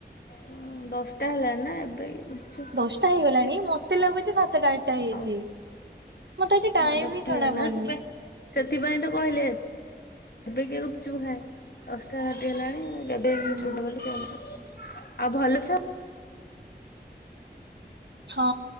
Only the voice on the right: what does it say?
ଦଶଟା ହେଇଗଲାଣି ମତେ ଲାଗୁଛି ସାତଟା ଟା ହେଇଛି,
ମତେ ଆଜି ଟାଇମ
ହିଁ ଜଣା
ପଡିନି।
ହୁଁ
ହଁ,